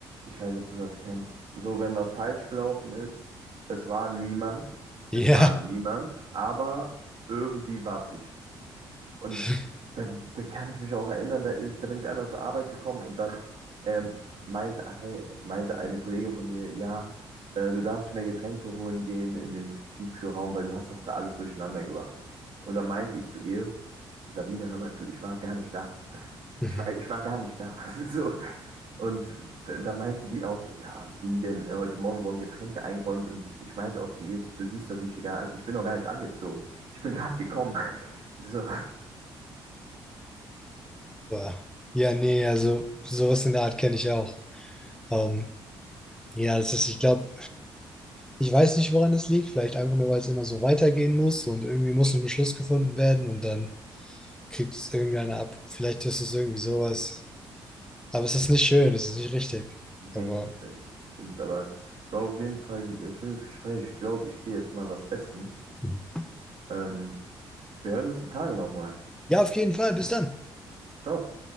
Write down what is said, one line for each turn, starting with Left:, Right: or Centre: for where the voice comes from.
Right: ich weiß nicht, ob du das kennst. So, wenn was falsch gelaufen ist, es war niemand,
Centre: <laughs>
Right: es
Centre: Ja,
Right: war niemand, aber irgendwie war es ich. Und
Centre: <laughs>
Right: da, da kann ich mich auch erinnern, da ist, da bin ich einmal zur Arbeit gekommen und dann ähm, meinte, ein, meinte eine Kollegin von mir, ja, äh, du darfst nicht mehr Getränke holen gehen in dem Tiefkühlraum, weil du hast das da alles durcheinander gebracht. Und dann meinte ich zu ihr, Sabine, hör mal zu, ich war gar nicht da
Centre: Mhm.
Right: ich war, ich war gar nicht da. <laughs> So. Und da, da meinte die auch so, ja, wie denn, äh, heute Morgen wurden Getränke eingeräumt und ich meinte auch zu ihr, du siehst doch, wie ich hier gerade, an- ich bin doch gar nicht angezogen. Ich bin gerade gekommen. <laughs> So,
Centre: Boah. Ja, nee, also sowas in der Art kenne ich auch. Ähm, ja, das ist, ich glaube, ich weiß nicht, woran das liegt. Vielleicht einfach nur, weil es immer so weitergehen muss und irgendwie muss noch ein Schluss gefunden werden und dann kriegt es irgendeiner ab. Vielleicht ist es irgendwie sowas. Aber es ist nicht schön, es ist nicht richtig.
Right: nee,
Centre: Aber
Right: äh, stimmt, aber war auf jeden Fall ein schönes Gespräch. Ich glaube, ich gehe jetzt mal was essen.
Centre: Mhm.
Right: Ähm, wir hören uns die Tage nochmal.
Centre: ja, auf jeden Fall. Bis dann.
Right: Ciao.